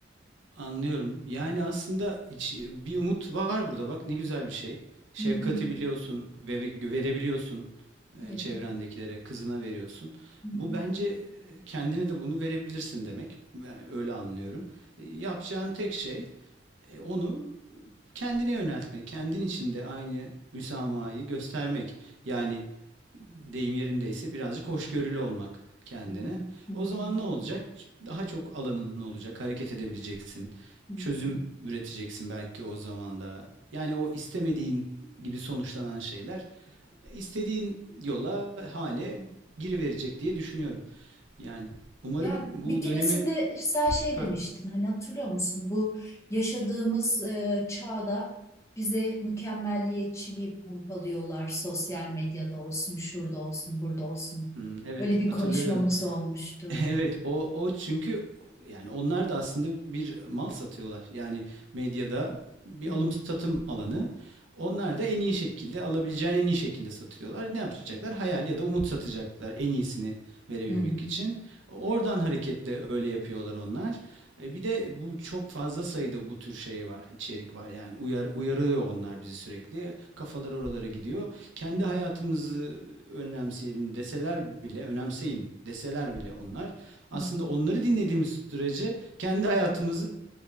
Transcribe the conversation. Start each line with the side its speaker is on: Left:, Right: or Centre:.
Right: Anlıyorum. Yani aslında hiç- e, bir umut var burada bak ne güzel bir şey. Şefkati
Left: Hı hı.
Right: biliyorsun ve ve- verebiliyorsun e,
Left: Evet.
Right: çevrendekilere, kızına veriyorsun.
Left: Hı hı.
Right: Bu bence e, kendine de bunu verebilirsin demek. Ben öyle anlıyorum. E, Yapacağın tek şey e, onu kendine yöneltmek, kendin içinde aynı müsamahayı göstermek. Yani deyim yerindeyse birazcık hoşgörülü olmak kendine.
Left: Hı hı. Hı
Right: O
Left: hı.
Right: zaman ne olacak? Daha çok alanın olacak, hareket edebileceksin.
Left: Hı
Right: Çözüm
Left: hı.
Right: üreteceksin belki o zaman da. Yani o istemediğin gibi sonuçlanan şeyler istediğin yola, hale giriverecek diye düşünüyorum. Yani umarım
Left: Ya
Right: bu
Left: bir keresinde
Right: dönemi...
Left: sen şey
Right: Ha,
Left: demiştin hani hatırlıyor musun bu yaşadığımız e, çağda bize mükemmelliyetçiliği pompalıyorlar sosyal medyada olsun şurada olsun burada olsun.
Right: hmm, evet
Left: Öyle bir
Right: hatırlıyorum.
Left: konuşmamız
Right: <laughs>
Left: olmuştu.
Right: Evet o o çünkü yani onlar da aslında bir mal satıyorlar. Yani medyada bir
Left: Hı hı,
Right: alım satım alanı. Onlar da en iyi şekilde alabileceğin en iyi şekilde satıyorlar. Ne yapacaklar? Hayal ya da umut satacaklar en iyisini verebilmek
Left: hı hı,
Right: için. Oradan hareketle öyle yapıyorlar onlar. E bir de bu çok fazla sayıda bu tür şey var, içerik var. Yani uyar, uyarıyor onlar bizi sürekli. Kafalar oralara gidiyor. Kendi
Left: hı
Right: hayatımızı önemseyelim deseler bile, önemseyin deseler bile onlar. Aslında
Left: hı.
Right: onları dinlediğimiz sürece kendi hayatımızı